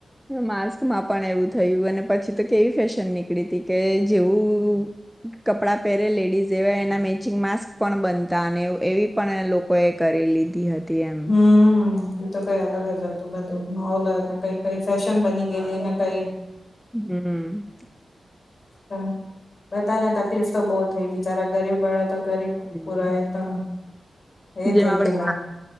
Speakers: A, in the centre; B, on the left.
A: માસ્કમાં પણ એવું થયું, અને પછી તો કેવી ફેશન નીકળી હતી કે જેવું કપડા પહેરે લેડીસ તેવા એના મેચિંગ માસ્ક પણ બનતા, અને એવી પણ લોકોએ કરી લીધી હતી. એમ
B: હમ્મ. એ તો કઈ અલગ જ હતું બધું માહોલ ને કઈ કઈ ફેશન બની ગયેલી ને કઈ
A: હમ્મ.
B: હા, બધાને તકલીફ તો બહુ થઈ બિચારા ગરીબ વાળા તો ગરીબ
A: હમ.
B: પુરાય તો એ
A: જેમ
B: થઈ
A: આપડે
B: ગયેલા.
A: પા